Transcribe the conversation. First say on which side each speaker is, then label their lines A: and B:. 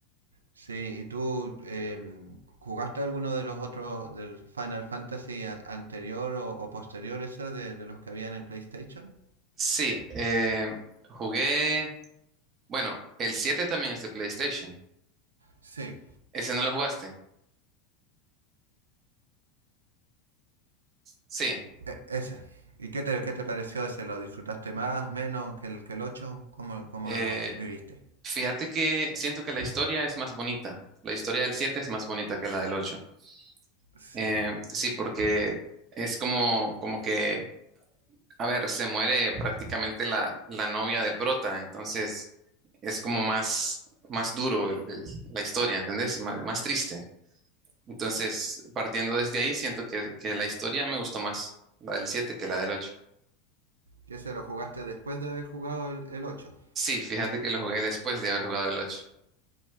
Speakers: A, on the right; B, on the right.
A: sí. ¿Y tú em, jugaste alguno de los otros del Final Fantasy a- anterior o, o posterior ese de, de los que habían en PlayStation?
B: Sí, eh, jugué, bueno, el 7 también es de PlayStation.
A: Sí,
B: ¿Ese no lo jugaste? Sí.
A: e- ese. ¿Y qué te, qué te pareció ese? ¿Lo disfrutaste más, menos que el, que el 8? ¿Cómo, cómo
B: Eh,
A: lo viviste?
B: fíjate que siento que la historia es más bonita. La historia del 7 es más bonita que la del ocho
A: Sí.
B: Eh, sí, porque es como, como que A ver, se muere prácticamente la, la novia del prota, entonces es como más, más duro el- el- la historia, ¿entendés? Más, más triste. Entonces, partiendo desde ahí, siento que, que la historia me gustó más, la del 7 que la del ocho.
A: ¿Y ese lo jugaste después de haber jugado el, el 8?
B: Sí, fíjate que lo jugué después de haber jugado el 8.